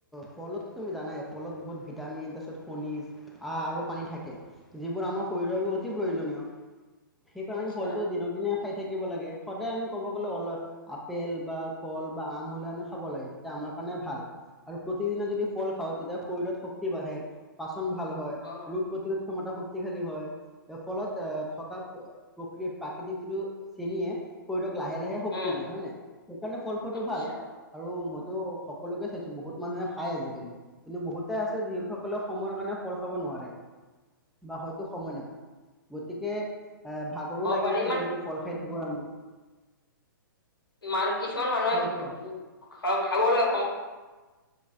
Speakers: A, in the centre; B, on the left.
A: ফলত তুমি জানাই ফলত বহুত ভিটামিন তাৰপিছত খণিজ আৰু পানী থাকে। যিবোৰ আমাৰ শৰীৰৰ বাবে অতি প্ৰয়োজনীয়, সেইকাৰণে
B: আচ্ছা
A: ফলটো দিনক দিনে খাই থাকিব লাগে, সদায় আমি ক'ব গ'লে অল আপেল বা কল বা আম হ'লে আমি খাব লাগে। তে আমাৰ কাৰণে ভাল, আৰু প্ৰতিদিনে যদি ফল খাওঁ তেতিয়া শৰীৰত শক্তি বাঢ়ে। পাচন ভাল হয়,
B: অ
A: ৰোগ প্ৰতিৰোধ ক্ষমতা শক্তিশালী হয়। ফলত আহ' থকা প্ৰক্ৰিয় প্ৰাকৃতিক যিটো চেনীয়ে শৰীৰক লাহে লাহে শক্তি
B: উম
A: দিয়ে হয় নে? সেইকাৰণে ফল খোৱাটো
B: আচ্ছা
A: ভাল। আৰু তো সকলোকে চাইছো বহুত মানুহে খায় আজিকালি। কিন্তু বহুতে আছে যিসকলে সময়ৰ কাৰণে ফল খাব নোৱাৰে। বা হয়তো সময় নাপায়, গতিকে এ ভাগৰো
B: হ'ব
A: লাগি
B: পাৰে
A: নাথাকে
B: ইমান
A: যদি ফল খাই থাকো আমি।
B: মান কিছুমান মানুহে
A: হয় কোৱা?
B: খাবলৈ সম